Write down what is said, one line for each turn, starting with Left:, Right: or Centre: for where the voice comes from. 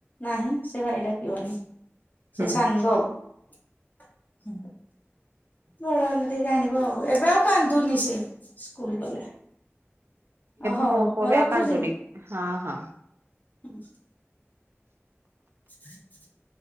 Left: ନାହିଁ ସେ ଭାଇ ଡାକିବନି।
Right: ହୁଁ
Left: ସେ ସାଙ୍ଗ। <unintelligible> ବଡ ହେଲା ଟିକେ ଜାଣିବ ଆଉ ଏବେ ଆଉ କାନ୍ଦୁନି ସେ ସ୍କୁଲ ଗଲେ। ଅ ହଉ
Right: ମୋ ପୁଅ
Left: ହଉ
Right: ବି
Left: ରଖୁଛି।
Right: କାନ୍ତୁନି ହଁ ହଁ।
Left: <inaudible> <inaudible>